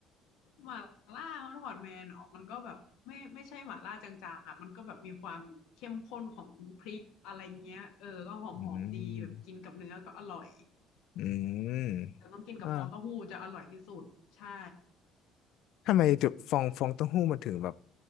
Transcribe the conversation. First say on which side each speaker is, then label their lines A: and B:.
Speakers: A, on the left; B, on the left.
A: หม่าล่าฮอตพอตแมนมันก็แบบไม่ไม่ใช่หม่าล่าจางๆอ่ะมันก็แบบมีความเข้มข้นของพริกอะไรเงี้ยเออก็หอมๆดีแบบกินกับเนื้อก็อร่อย
B: อืมอืม
A: แต่ต้องกินกับฟองเต้าหู้จะอร่อยที่สุดใช่
B: อ่า ทำไมจุดฟองฟองเต้าหู้มันถึงแบบ